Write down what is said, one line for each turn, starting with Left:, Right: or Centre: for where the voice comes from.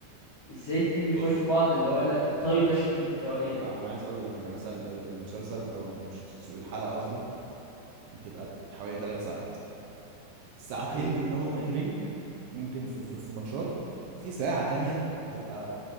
Left: ازاي اتنين بيفايتوا
Right: بص
Left: بعض اللي هو لا ده طيب ده شرير اللي هو ايه ده
Right: ما انا عايز اقول لك يعني مثلا ال- المسلسل او مش الس- الحلقه قصدي بتبقى حوالي ثلاث ساعات ساعتين
Left: اوكي
Right: منهم ان رينج ممكن في, في, في ماتشات وفي ساعة تانية بتبقى